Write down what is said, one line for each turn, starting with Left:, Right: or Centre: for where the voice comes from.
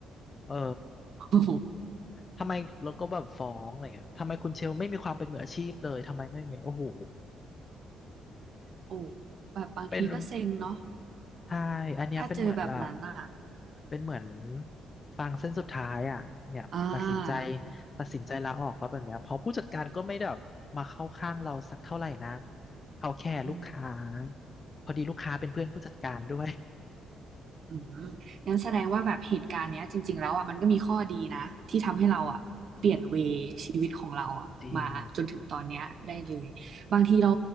Left: เออ
Right: <laughs> โอ้โห
Left: ทำไมเราก็แบบฟ้องอะไรเงี้ยทำไมคุณเชลไม่มีความเป็นมืออาชีพเลยทำไมไม่เงินโอ้โห
Right: โอ้แบบบางทีก็เซ็งเนาะ
Left: เป็น ใช่ อันเนี้ยเป็นเหมือนแบบ
Right: ถ้าเจอแบบนั้นอ่ะ
Left: เป็นเหมือนฟางเส้นสุดท้ายอ่ะเนี่ยตัดสินใจ
Right: อ่า
Left: ตัดสินใจลาออกว่าแบบเนี้ยเพราะผู้จัดการก็ไม่ได้แบบมาเข้าข้างเราสักเท่าไหร่นะเขาแค่ลูกค้า
Right: อืม
Left: พอดีลูกค้าเป็นเพื่อนผู้จัดการด้วย
Right: อืมงั้นแสดงว่าแบบเหตุการณ์เนี้ยจริงๆแล้วอ่ะมันก็มีข้อดีนะที่ทำให้เราอ่ะเปลี่ยนเวชีวิตของเราอ่ะมาจนถึงตอนเนี้ยได้เลยบางทีเรา
Left: <laughs> จริง